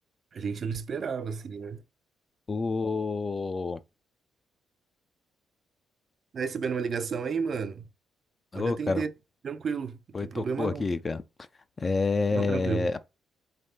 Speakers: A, on the right (about 50°); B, on the left (about 40°).
A: A gente não esperava, assim, né?
B: O...
A: Tá recebendo uma ligação aí, mano? Pode
B: Ô,
A: atender,
B: cara,
A: tranquilo, não
B: foi,
A: tem
B: tocou
A: problema não.
B: aqui, cara. É...
A: Não, tranquilo.